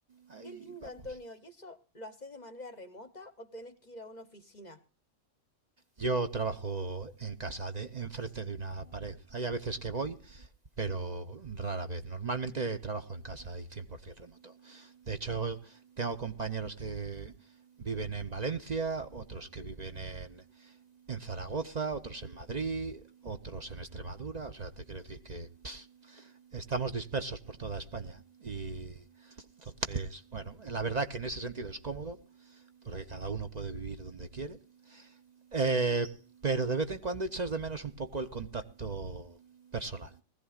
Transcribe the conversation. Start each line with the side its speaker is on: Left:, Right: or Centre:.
Right: ahí
Left: Qué lindo,
Right: vamos.
Left: Antonio. ¿Y eso lo haces de manera remota o tenés que ir a una oficina?
Right: Yo trabajo en casa, de, enfrente de una pared. Hay a veces que voy, pero rara vez. Normalmente trabajo en casa y 100% remoto. De hecho, tengo compañeros que viven en Valencia, otros que viven en, en Zaragoza, otros en Madrid, otros en Extremadura. O sea, te quiero decir que estamos dispersos por toda España. Y entonces, bueno, la verdad que en ese sentido es cómodo, porque cada uno puede vivir donde quiere. Eh, pero de vez en cuando echas de menos un poco el contacto personal.